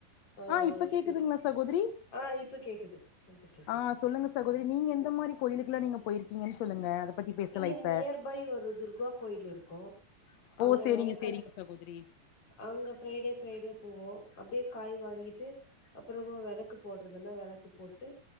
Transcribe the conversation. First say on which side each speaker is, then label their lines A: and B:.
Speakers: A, on the left; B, on the left.
A: அ
B: ஆ
A: ஒரு
B: இப்ப
A: ஃப்ளோ
B: கேக்குதுங்களா சகோதரி
A: ஆ இப்ப கேக்குது இப்ப கேக்குது
B: ஆ சொல்லுங்க சகோதரி நீங்க எந்த மாறி கோயிலுக்குல்லா நீங்க போயிருக்கீங்க சொல்லுங்க பத்தி பேசலா
A: இங்க
B: இப்ப
A: நியர் பை ஒரு துர்கா கோயில் இருக்கும் அங்க
B: ஓ சேரிங்க
A: வெளக்கல்ல
B: சேரிங்க சகோதரி
A: அங்க ஃப்ரைடே ஃப்ரைடே போவோ அப்டியே காய் வாங்கிட்டு அப்புறமா விளக்கு போட்றதுன்னா விளக்கு போட்டு